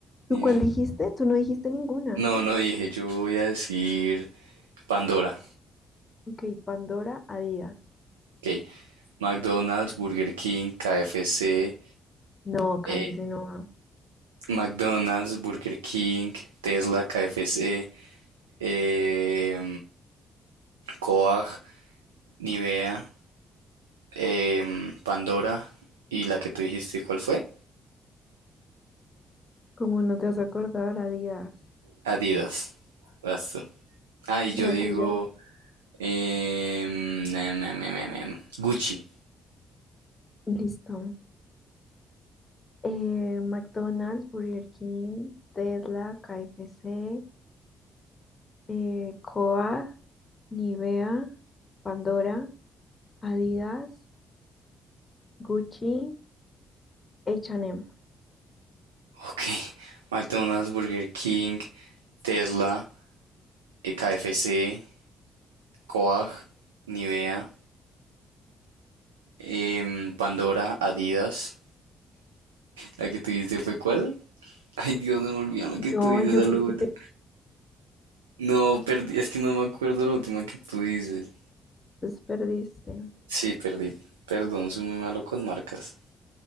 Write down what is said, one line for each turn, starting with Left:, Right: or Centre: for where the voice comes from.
Left: ¿Tú
Right: Ni
Left: cuál
Right: idea.
Left: dijiste? Tú no dijiste ninguna.
Right: No, no dije. Yo voy a decir Pandora.
Left: Ok, Pandora, Adidas.
Right: Ok. McDonald's, Burger King, KFC.
Left: No,
Right: eh,
Left: KFC no va.
Right: McDonald's, Burger King, Tesla, KFC. Eh, Coag, Nivea, em, Pandora. Y la que tú dijiste, ¿cuál fue?
Left: ¿Cómo no te vas a acordar, Adidas?
Right: Adidas. Vas tú. Ay,
Left: ¿Y
Right: yo
Left: la
Right: digo.
Left: tuya?
Right: em, em, em, em, em, em, Gucci.
Left: Listo. Eh, McDonald's, Burger King, Tesla, KFC, eh, Coag, Nivea, Pandora, Adidas. Gucci, H&M.
Right: Ok. McDonald's, Burger King, Tesla, eh, KFC, Coag, Nivea, em, Pandora, Adidas. La que tuviste fue cuál? Ay, Dios, se me olvidó la que
Left: No,
Right: tú dices,
Left: yo
Right: a
Left: porque
Right: lo bueno.
Left: te
Right: No, perdí, es que no me acuerdo la última que tú dices.
Left: desperdiste.
Right: Sí, perdí. Perdón, soy muy malo con marcas.